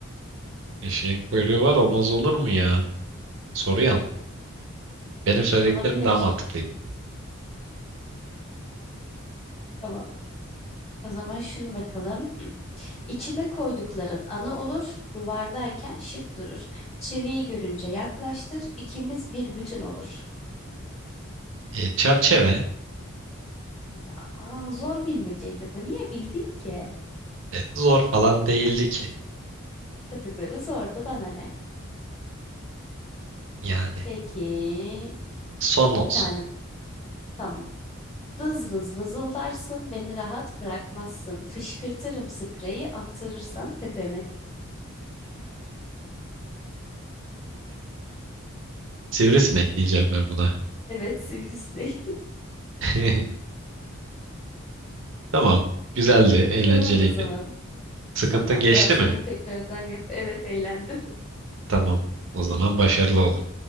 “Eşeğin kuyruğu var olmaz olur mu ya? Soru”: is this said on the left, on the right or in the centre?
Right